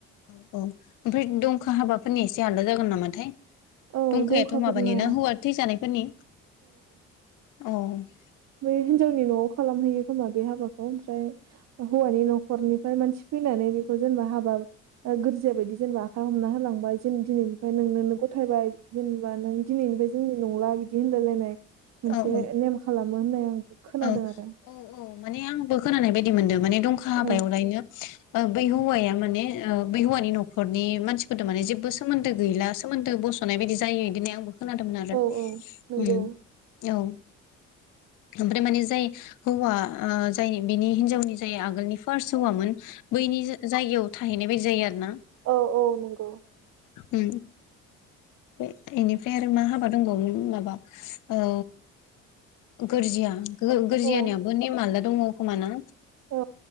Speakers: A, on the left; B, on the right.
A: औ ओमफ्राय दंखा हाबाफोरनि एसे आलादा जागोन नामाथाय?
B: औ
A: दंखायाथ'
B: दंखाफोरना
A: माबानि ना हौवा थैजानायफोरनि। औ उम
B: बे हिनजावनि न'आव खालामहैयो खोमा बे हाबाखौ, ओमफ्राय हौवानि न'खरनिफ्राय मानसि फैनानै बेखौ जेनेबा हाबा ओ गोरजिया बायदि जेनेबा आखाइ हमना होलांबाय जेनबा दिनैनिफ्राय
A: औ
B: नोंनो गथायबाय, जेनेबा नों दिनैनिफ्राय जोंनि नंला बिदि होनलायलायनाय
A: औ
B: मोनसे नेम खालामो होननाय आं। खोनादों
A: औ
B: आरो
A: औ औ माने आंबो खोनानाय बायदि मोनदों माने दंखा हाबायावलायनो।
B: औ
A: बै हौवाया माने बै हौवानि नखरनि मानसिफोरदो माने जेबो सोमोन्दो गैला सोमोनदो बस' नाय बायदि जायो इदि होननाय आंबो खोनादोंमोन आरो
B: औ औ नंगौ
A: ओ औ। ओमफ्राय माने जाय हौवा, ओ जाय बिनि हिनजावनि, जाय आगोलनि फार्स्ट हौवामोन बैनि जायगायाव थाहैनाय बायदि जायो आरो ना
B: औ औ नंगौ
A: उ उ इनिफ्राय आरो मा हाबा दंबावोमोन माबा ओ गोरजिया, गो गोरजियानियाबो
B: औ
A: नेम आलदा दङ खोमा ना?
B: औ